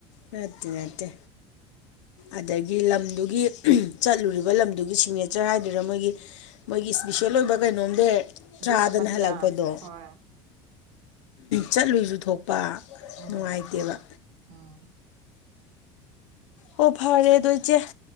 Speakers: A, on the left; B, on the right.
A: ꯅꯠꯇꯦ ꯅꯠꯇꯦ ꯑꯗꯒꯤ ꯂꯝꯗꯨꯒꯤ ꯆꯠꯂꯨꯔꯤꯕ ꯂꯝꯗꯨꯒꯤ ꯁꯤꯛꯅꯦꯆꯔ ꯍꯥꯏꯗꯨꯔꯥ ꯃꯣꯏꯒꯤ ꯃꯣꯏꯒꯤ ꯏꯁꯄꯤꯁꯦꯜ
B: ꯎꯝ
A: ꯑꯣꯏꯕ ꯀꯩꯅꯣꯝꯗ ꯇ꯭ꯔꯥꯗꯅ
B: ꯗꯤꯁ ꯑꯃ ꯗꯤ
A: ꯍꯜꯂꯛꯄꯗꯣ
B: ꯂꯥꯛ ꯍꯣꯏ
A: ꯆꯠꯂꯨꯏꯁꯨ ꯊꯣꯛꯄ
B: ꯎꯝ
A: ꯅꯨꯡꯉꯥꯏꯇꯦꯕ
B: ꯎꯝ
A: ꯑꯣ ꯐꯔꯦꯗꯣ ꯏꯆꯦ